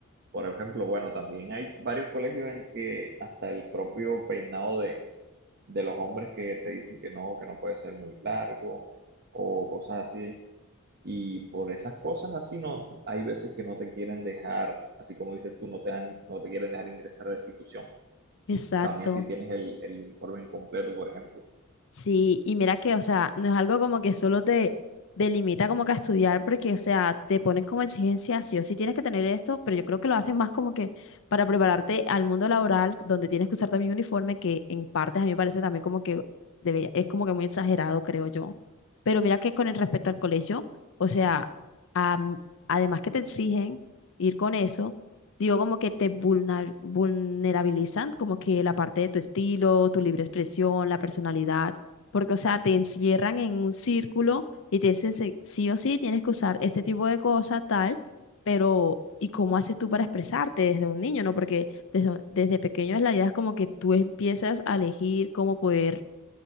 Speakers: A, on the right (about 50°); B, on the left (about 60°).
A: por ejemplo, bueno, también hay varios colegios en que hasta el propio peinado de de los hombres que te dicen que no, que no puede ser muy largo o cosas así. Y por esas cosas así no, hay veces que no te quieren dejar, así como dices tú, no te dan- no te quieren dejar ingresar a la institución.
B: Exacto.
A: Y si- también si tienes el, el uniforme incompleto, por ejemplo.
B: Sí, y mira que, o sea, no es algo como que solo te delimita como que a estudiar, porque, o sea, te ponen como exigencia, sí o sí tienes que tener esto, pero yo creo que lo hacen más como que para prepararte al mundo laboral, donde tienes que usar también uniforme, que en partes a mí me parece también como que debería, es como que muy exagerado, creo yo. Pero mira que con el respecto al colegio, o sea, am- además que te exigen ir con eso, digo como que te vulnar- vulnerabilizan, como que la parte de tu estilo, tu libre expresión, la personalidad porque, o sea, te encierran en un círculo y te dicen se- sí o sí tienes que usar este tipo de cosa, tal, pero ¿y cómo haces tú para expresarte desde un niño, no? Porque desde, desde pequeño la idea es como que tú empiezas a elegir cómo poder,